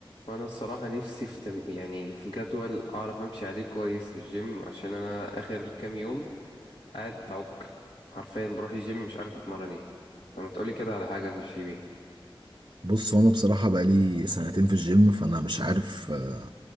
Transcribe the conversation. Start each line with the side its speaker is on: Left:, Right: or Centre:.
Left: وانا الصراحة نفسي في تم... يعني في جدول اعرف امشي عليه كويس للجيم عشان انا اخر كام يوم قاعد بعك حرفيا بروح الجيم مش عارف اتمرن ايه فما تقولي كده على حاجة نمشي بيها
Right: بص هو انا بصراحه بقالي سنتين في الجيم فانا مش عارف آه،